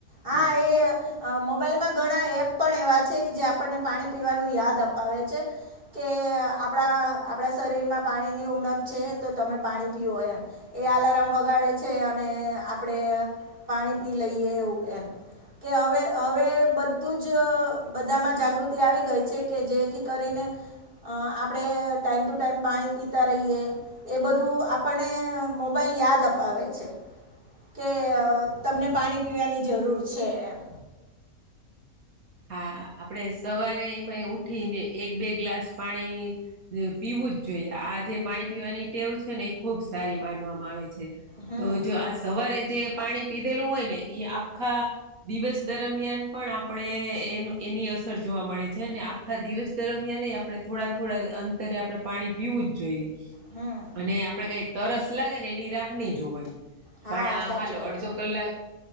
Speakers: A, on the right; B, on the right.
A: હા
B: હમ
A: એ મોબાઈલમાં ઘણા એપ પણ એવા છે કે જે આપણને પાણી પીવાનું યાદ અપાવે છે. કે આપણા આપણા શરીરમાં પાણીની ઉણપ છે તો તમે પાણી પીઓ એમ. એ આલાર્મ વગાડે છે અને આપણેે પાણી પી લઈએ એવું એમ. કે હવે હવે બધું જ બધામાં જાગૃતિ આવી ગઈ છે કે જેથી કરીને આપણે ટાઈમ ટુ ટાઈમ પાણી પીતા રહીએ એ બધું આપણને મોબાઈલ યાદ અપાવે છે. કે તમને પાણી પીવાની જરૂર છે, એમ
B: હા આપણેે સવારે એમાં ઉઠીને એક બે ગ્લાસ પાણી પીવું જ જોઈએ આ જે પાણી પીવાની ટેવ છે ને એ ખુબ સારી માનવામાં આવે છે.
A: હમ
B: તો જો આજ સવારે જે પાણી પીધેલું હોય ને એ આખા દિવસ દરમિયાન પણ આપણેે એ એની અસર જોવા મળે છે અને આખા દિવસ દરમિયાન આપણે થોડા થોડા અંતરે આપણે પાણી પીવું જ જોઈએ
A: હમ
B: અને આપણેે કઈ તરસ લાગે ને એની રાહની જોવાની
A: હા
B: પણ
A: સાચી
B: હાલો
A: વાત
B: અડધો
A: છે
B: કલાક